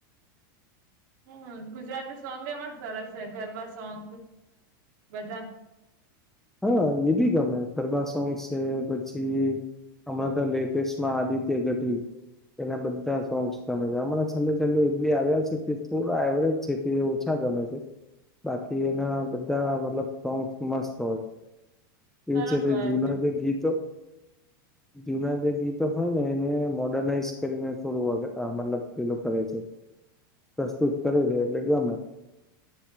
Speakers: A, on the right; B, in the centre.
A: હમ ગુજરાતી સોંગ એમાં જ સરસ છે ગરબા સોંગ બધા
B: હા એ બી ગમે ખરબા સોંગસ છે પછી અમામાં તો લેટેસ્ટમાં આદિત્ય ગઢવી. એના બધા સોંગ્સ તમે અરા છેલ્લે છેલ્લે એ બી આવ્યા છે કે થોડા એવરેજ છે. તે ઓછા ગમે છે બાકી એના બધા મતલબ સોંગસ મસ્ત એ
A: સરસ
B: છે ભાઈ
A: હોય
B: જુના જે ગીતો.
A: <inaudible>
B: જુના જે ગીતો હોય ને એને મોર્ડર્નાઈઝ કરીને થોડું મતલબ પેલું કરે છે. પ્રસ્તુત કરે છે એટલે ગમે